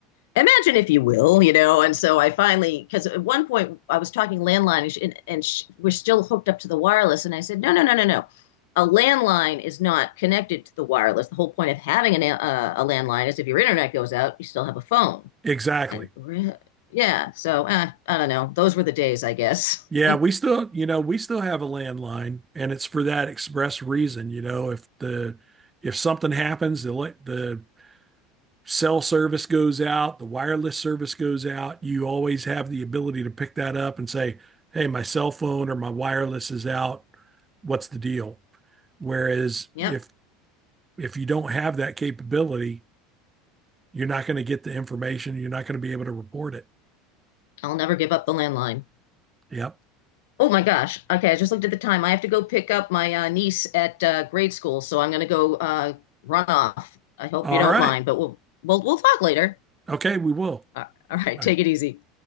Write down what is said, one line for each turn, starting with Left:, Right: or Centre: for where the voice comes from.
Left: Imagine if you will, you know. And so I finally, because at one point I was talking landline and, she, and, and she, we're still hooked up to the wireless. And I said, No, no, no, no, no. A landline is not connected to the wireless. The whole point of having an, uh, a landline is if your internet goes out, you still have a phone.
Right: Exactly.
Left: And re- yeah, so eh, I don't know. Those were the days, I guess.
Right: Yeah,
Left: <laughs>
Right: we still, you know, we still have a landline and it's for that express reason, you know, if the if something happens, the la- the cell service goes out, the wireless service goes out, you always have the ability to pick that up and say, hey, my cell phone or my wireless is out. What's the deal? Whereas
Left: Yep.
Right: if if you don't have that capability, you're not going to get the information. You're not going to be able to report it.
Left: I'll never give up the landline.
Right: Yep.
Left: Oh my gosh. Okay, I just looked at the time. I have to go pick up my uh, niece at uh, grade school, so I'm gonna go uh, run off. I hope
Right: All
Left: you don't
Right: right.
Left: mind, but we'll we'll we'll talk later.
Right: Okay, we will.
Left: Uh, all right,
Right: I
Left: take it easy.